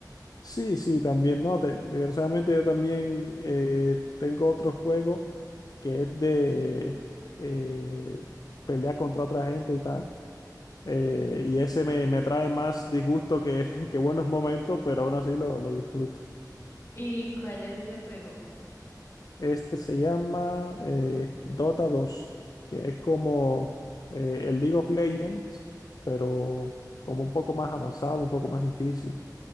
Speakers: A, on the left; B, on the left.
A: Sí, sí, también, no, de- desgraciadamente yo también eh, tengo otro juego que es de eh, pelear contra otra gente y tal. Eh, y ese me, me trae más disgusto que, <laughs> que buenos momentos, pero aún así lo, lo disfruto.
B: ¿Y cuál es ese juego?
A: Este se llama eh, Dota dos, que es como eh, el League of Legends, pero como un poco más avanzado, un poco más difícil.